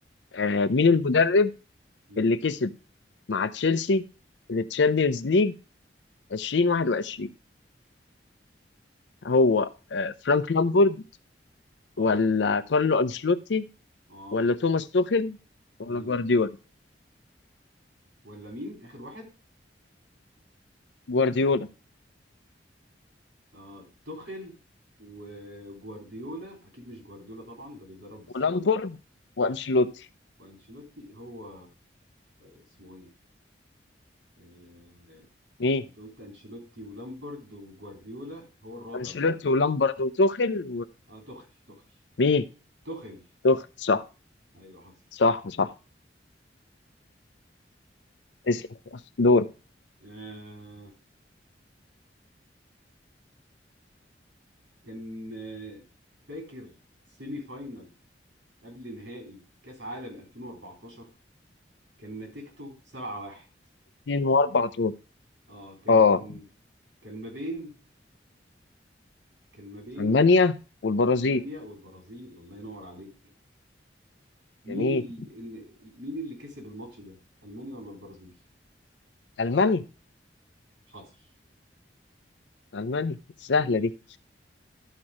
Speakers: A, on the left (about 75°); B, on the right (about 80°).
A: آه مين المدرب
B: مم.
A: اللي كسب مع تشيلسي التشامبيونز ليج 2021 هو آه فرانك لامبورد
B: اه
A: ولا كارلو أنشيلوتي
B: اه
A: ولا توماس توخيل ولا
B: مم.
A: جوارديولا
B: ولا مين اخر واحد
A: جوارديولا
B: اه توخيل وجوارديولا اكيد مش جوارديولا طبعا ده بيدرب بالسيتي
A: ولامبورد وأنشيلوتي
B: وانشيلوتي هو اسمه ايه آه...
A: مين
B: انت قلت انشيلوتي ولامبرد وجوارديولا هو الرابع
A: أنشيلوتي
B: بقى
A: ولامبورد وتوخيل
B: اه توخيل توخيل
A: ومين
B: توخيل
A: توخيل صح
B: ايوه حصل
A: صح صح اسأل دور
B: آه... كان آه، فاكر سيمي فاينل قبل نهائي كاس عالم 2014 كان نتيجته 7-1
A: اتنين واربع دور
B: اه كان
A: اه
B: كان ما بين كان ما بين
A: ألمانيا والبرازيل
B: المانيا والبرازيل الله ينور عليك مين
A: جميل
B: ال... ال- مين اللي كسب الماتش ده المانيا ولا البرازيل
A: ألمانيا
B: حصل
A: ألمانيا سهلة
B: تمام
A: دي